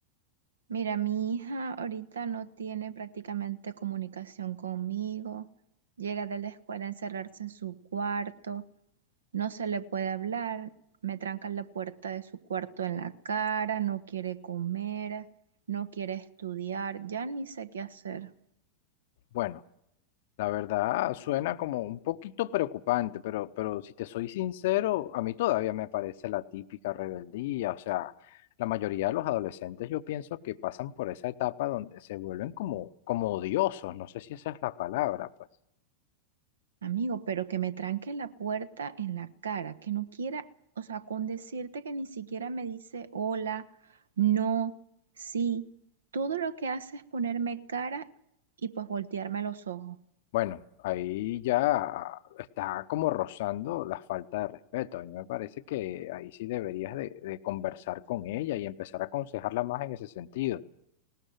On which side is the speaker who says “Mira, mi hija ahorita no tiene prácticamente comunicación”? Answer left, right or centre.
Right